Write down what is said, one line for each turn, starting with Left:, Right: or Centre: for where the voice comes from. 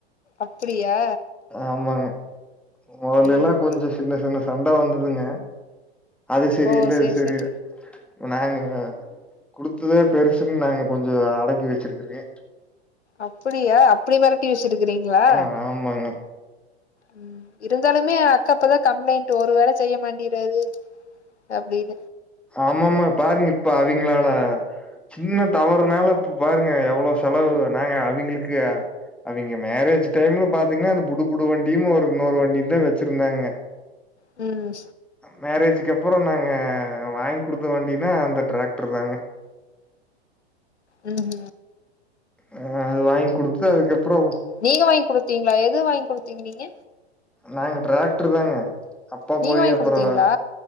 Left: அப்டியா
Centre: ஆமாங்க மொதல்லல்லா
Left: ம்
Centre: கொஞ்ச சின்ன சின்ன சண்ட வந்ததுங்க அது சரி
Left: ஓ
Centre: இல்ல
Left: சேர்
Centre: இது சரி
Left: சேர்
Centre: நாங்க குடுத்தது பெருசுன்னு நாங்க கொஞ்ச அடக்கி வச்சிருக்கிறங்க
Left: அப்டியா அப்டி மெரட்டி வச்சிருக்கிறீங்களா
Centre: ஆ ஆமாங்க
Left: ம் இருந்தாலுமே அக்காப்பதா கம்ப்ளைண்ட் ஒரு வேல செய்ய மாட்டிறாரு அப்டின்
Centre: ஆமாமா பாருங்க இப்ப அவிங்ளால சின்ன தவறுனால இப்ப பாருங்க எவ்வளோ செலவு நாங்க அவங்ளுக்கு அவங்க மேரேஜ் டைம்ல பாத்தீங்கன்னா அந்த புடுபுடு வண்டியு ஒரு இன்னொரு வண்டியு தா வச்சிருந்தாங்க
Left: ம்
Centre: மேரேஜக்கு அப்பற நாங்க வாங்கி குடுத்த வண்டினா அந்த டிராக்டர் தாங்க
Left: ம்
Centre: ஆ அது வாங்கி குடுத்து அதுக்கப்றோ
Left: நீங்க வாங்கி குடுத்தீங்களா எது வாங்கி குடுத்தீங்க நீங்க
Centre: நாங்க டிராக்டர் தாங்க அப்பா
Left: நீங்க
Centre: போய்
Left: வாங்கி
Centre: அப்றோ
Left: குடுத்தீங்களா